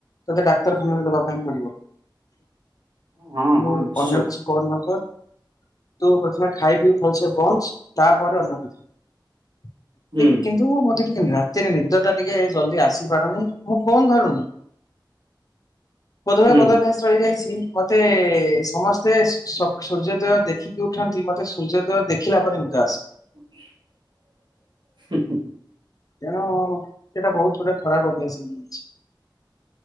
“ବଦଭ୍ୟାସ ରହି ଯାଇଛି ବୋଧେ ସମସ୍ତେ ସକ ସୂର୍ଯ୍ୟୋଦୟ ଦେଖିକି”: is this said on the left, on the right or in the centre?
Left